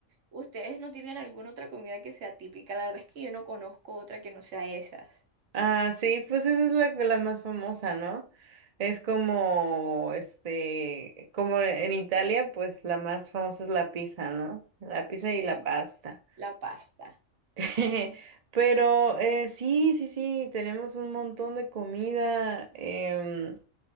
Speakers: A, on the right; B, on the right.
A: ¿ustedes no tienen alguna otra comida que sea típica? La verdad es que yo no conozco otra que no sea esas.
B: Ah, sí, pues esa es la, la más famosa, ¿no? Es como, este, como en Italia, pues la más famosa es la pizza, ¿no? La pizza
A: Sí,
B: y la pasta.
A: la pasta.
B: <laughs> Pero eh, sí, sí, sí, tenemos un montón de comida. em,